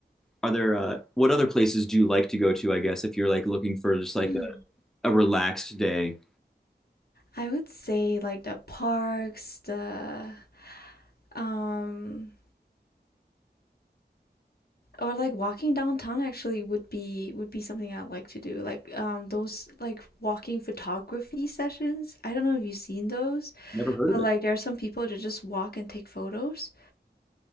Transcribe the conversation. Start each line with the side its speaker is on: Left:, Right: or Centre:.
Centre: Are there uh, what other places do you like to go to, I guess, if you're like looking for just like
Left: Hmm.
Centre: a, a relaxed day?
Left: I would say like the parks, the um Or like walking downtown actually would be would be something I like to do. Like um those like walking photography sessions. I don't know if you've seen those,
Centre: Never heard
Left: but
Centre: of it.
Left: like there are some people that just walk and take photos.